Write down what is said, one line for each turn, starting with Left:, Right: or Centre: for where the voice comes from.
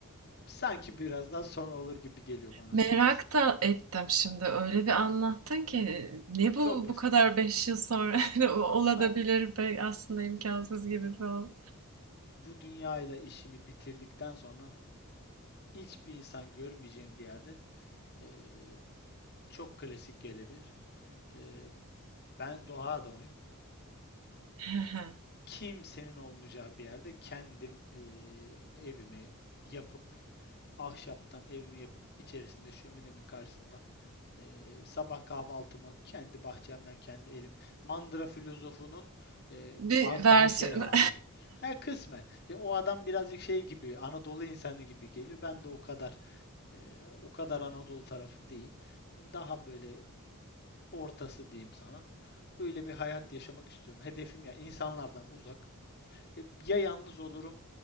Left: sanki biraz daha sonra olur gibi geliyor bana
Right: Merak
Left: açıkçası.
Right: da ettim şimdi öyle bir anlattın ki ne bu
Left: Çok basit
Right: bu kadar
Left: bir şey.
Right: beş yıl sonra <laughs> de o- olabilir
Left: Ha,
Right: be aslında imkansız gibi falan.
Left: bu dünyayla işimi bitirdikten sonra hiçbir insan görmeyeceğim bir yerde eee, çok klasik gelebilir. Eee, ben doğa adamıyım.
Right: <laughs>
Left: kimsenin olmayacağı bir yerde kendim eee, evimi yapıp ahşaptan evimi yapıp içerisinde şöminemin karşısında eee, sabah kahvaltımı kendi bahçemden kendi elimi. mandıra filozofunun eee,
Right: Bir
Left: az
Right: versiyon
Left: daha şey hali. Ha kısmen. E, o adam birazcık şey gibi Anadolu insanı gibi geliyor. Ben de o kadar eee, o kadar Anadolu tarafı değil. Daha böyle ortası diyeyim sana. Öyle bir hayat yaşamak istiyorum. Hedefim ya insanlardan uzak. E, ya yalnız olurum